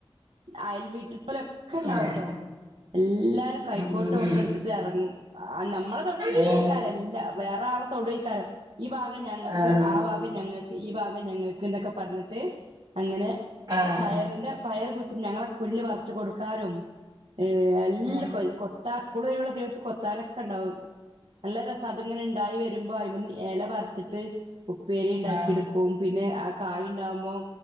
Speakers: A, on the right (about 80°); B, on the right (about 40°).
A: അയൽ വീട്ടിപലേ ണ്ടാവുംട്ടോ
B: ആഹ്
A: എല്ലാരും കൈക്കോട്ടൊക്കെ
B: ഉം ഉം ഉം
A: എടുത്തിട്ട് ഇറങ്ങും ഉം ആ നമ്മളെ തൊടോന്നല്ലേക്കാരം
B: ഏഹ്
A: എല്ല വേറെ ആളെ തൊടേക്കാരം ഈ ഭാഗം ഞങ്ങക്ക്
B: ആഹ്
A: ആ ഭാഗം ഞങ്ങക്ക് ഈ ഭാഗം ഞങ്ങക്ക് എന്നൊക്കെ പർഞ്ഞിട്ട് തേ അങ്ങനെ
B: ആഹ്
A: പയറിന്റെ പയറ് കുയ്ച്ചിട്ട്ന് ഞങ്ങളെ പുല്ല് പർച്ച് കൊട് ക്കാരും ഏ എല്ല
B: ആഹ്
A: കൊൽ കൊത്താസ് സ്കൂലയ്വുള്ള ദിവസം കൊത്താനൊക്കെ ഇണ്ടാവും നല്ല രസ് അതങ്ങനെ ഉണ്ടായി വരുമ്പോ അയ്മെന്ന് എല പർച്ചിട്ട് ഉപ്പേരി ഇണ്ടാക്കി
B: ആഹ് ആഹ്
A: എട്ക്കും പിന്നെ ആ കായി ഇണ്ടാവുമ്പോ